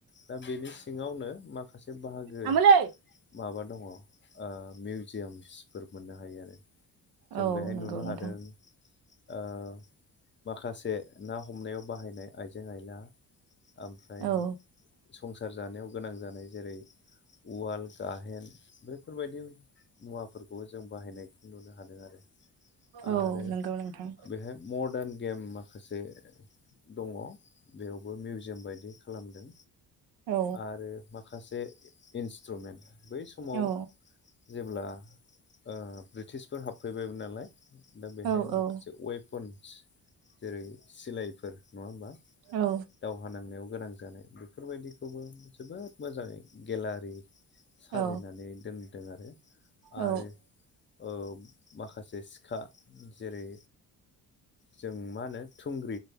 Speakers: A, on the left (about 30°); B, on the right (about 85°).
A: दा बेनि सिङावनो माखासे बाहागो
B: आमोलै
A: माबा दङ मिउजियामसफोर मोननो हायो आरो जों
B: औ
A: बेहाय
B: नंगौ
A: नुनो
B: नोंथां
A: हादों ओ माखासे ना हमनायाव बाहायनाय आइजें आइला ओमफ्राय
B: औ।
A: संसार जानायाव गोनां जानाय जेरै उवाल गाहेन बैफोरबायदि मुवाफोरखौबो जों बाहायनायखौ नुनो हादों आरो
B: औ
A: आरो
B: नंगौ नोंथां
A: बेहाय मदार्न गेम माखासे दङ बेयावबो मिउजियाम बायदि खालामदों
B: औ
A: आरो माखासे इन्सट्रुमेन्ट बै समाव
B: औ
A: जेब्ला ओ ब्रिटिशफोर हाबफैबायमोन नालाय दा बेहाय
B: औ औ
A: माखासे वेपन जेरै सिलायफोर नङा होमबा
B: औ
A: दावहा नांनायाव गोनां जानाय बेफोरबायदिखौबो जोबोद मोजाङै गेलारि साजायनानै
B: औ
A: दोनदों आरो
B: औ
A: आरो ओ माखासे सिखा जेरै जों मा होनो थुंग्रि